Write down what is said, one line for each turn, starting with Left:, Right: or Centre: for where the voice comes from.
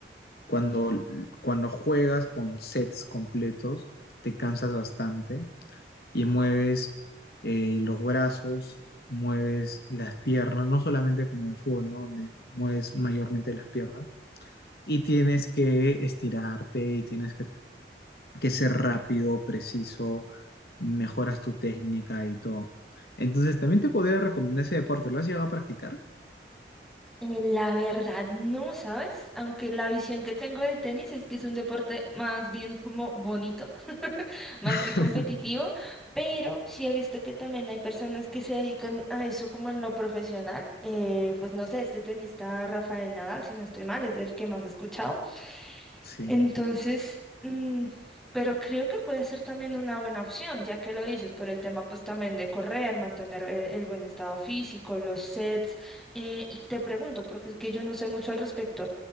Left: cuando, cuando juegas con sets completos, te cansas bastante y mueves eh, los brazos, mueves las piernas, no solamente como de fútbol, ¿no? Donde mueves mayormente las piernas, y tienes que estirarte y tienes que, que ser rápido, preciso, mejoras tu técnica y todo. Entonces, también te podría recomendar ese deporte. ¿Lo has llegado a practicar?
Centre: Eh, La verdad no, ¿sabes? Aunque la visión que tengo de tenis es que es un deporte más bien como bonito, <laughs> más
Left: <laughs>
Centre: que competitivo, pero sí he visto que también hay personas que se dedican a eso como en lo profesional. Eh, pues no sé, este tenista Rafael Nadal, si no estoy mal, es del que más he escuchado.
Left: Sí.
Centre: Entonces, mm, pero creo que puede ser también una buena opción, ya que lo dices, por el tema pues también de correr, mantener el, el buen estado físico, los sets. eh, y te pregunto, porque es que yo no sé mucho al respecto,